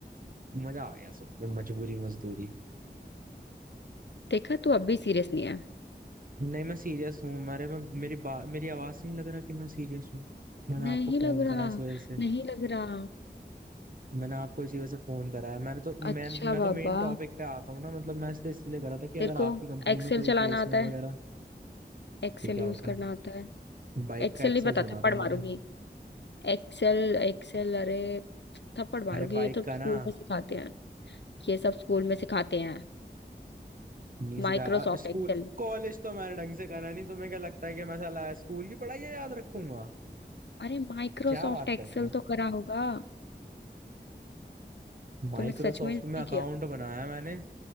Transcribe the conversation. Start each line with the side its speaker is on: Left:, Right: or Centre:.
Right: मजा आ गया सुन के मजबूरी मजदूरी
Left: देखा तू अब भी सीरियस नहीं है
Right: नहीं मैं सीरियस हूँ मेरे में मेरी बा, मेरी आवाज से नहीं लग रहा कि मैं सीरियस हूँ मैंने
Left: नहीं
Right: आपको फोन
Left: लग
Right: करा
Left: रहा
Right: है इस वजह से
Left: नहीं लग रहा
Right: मैंने आपको इसी वजह से फोन करा है मैंने तो मैं
Left: अच्छा
Right: मैं
Left: बाबा
Right: तो मेन टॉपिक पे आता हूँ ना मतलब मैं इसलिए इसलिए करा था कि
Left: तेरे
Right: अगर आपकी
Left: को
Right: कंपनी
Left: एक्सेल
Right: में कोई
Left: चलाना
Right: प्लेसमेंट
Left: आता है
Right: वगैरह
Left: एक्सेल
Right: ये क्या
Left: यूज
Right: होता
Left: करना
Right: है
Left: आता है
Right: बाइक
Left: एक्सेल
Right: का एक्सेल
Left: नहीं पता
Right: सुना
Left: थप्पड़
Right: था मैंने
Left: मारूंगी एक्सेल एक्सेल अरे थप्पड़ मारूंगी
Right: अरे बाइक
Left: ये तो
Right: का
Left: स्कूल
Right: ना
Left: में सिखाते हैं ये सब स्कूल में सिखाते हैं
Right: नहीं सिखाया
Left: माइक्रोसॉफ्ट
Right: स्कूल
Left: एक्सेल
Right: कॉलेज तो मैंने ढंग से करा नहीं तुम्हें क्या लगता है कि मैं साला स्कूल की पढ़ाई याद रखूंगा
Left: अरे माइक्रोसॉफ्ट
Right: क्या बात
Left: एक्सेल
Right: करते हो
Left: तो करा होगा
Right: माइक्रोसॉफ्ट
Left: तूने सच में नहीं
Right: में अकाउंट
Left: किया
Right: बनाया मैंने